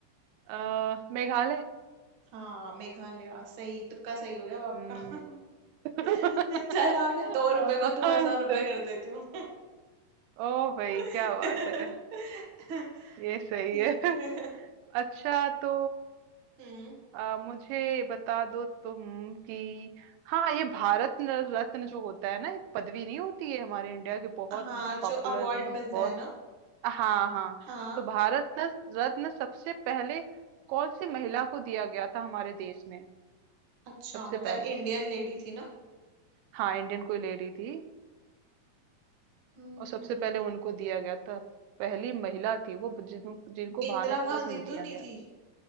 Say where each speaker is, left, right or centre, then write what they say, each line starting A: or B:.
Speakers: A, on the right; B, on the right.
A: अ, मेघालय
B: हाँ मेघालय सही तुक्का सही हो गया अब आपका
A: हम्म।
B: <laughs>
A: <laughs>
B: चलो आपके दो रुपए
A: हाँ,
B: को दो हजार
A: सही।
B: रुपए कर देती हूँ
A: ओ भाई
B: <laughs>
A: क्या बात है ये सही
B: ठीक
A: है
B: है
A: अच्छा तो
B: हम्म
A: आ, मुझे बता दो तुम कि हाँ ये भारत न- रत्न जो होता है ना एक पदवी नहीं होती है हमारे इंडिया की बहुत
B: हाँ
A: पॉपुलर
B: जो अवार्ड
A: मतलब
B: मिलता
A: बहुत
B: है ना
A: हाँ हाँ
B: हाँ
A: तो भारत न- रत्न सबसे पहले कौन सी महिला को दिया गया था हमारे देश में
B: अच्छा
A: सबसे
B: मतलब
A: पहले
B: इंडियन लेडी थी ना
A: हाँ इंडियन कोई लेडी थी
B: हम्म
A: और सबसे पहले उनको दिया गया था पहली महिला थी वो जिन, जिनको
B: इंदिरा
A: भारत
B: गांधी
A: रत्न दिया
B: तो नहीं
A: गया
B: थी
A: था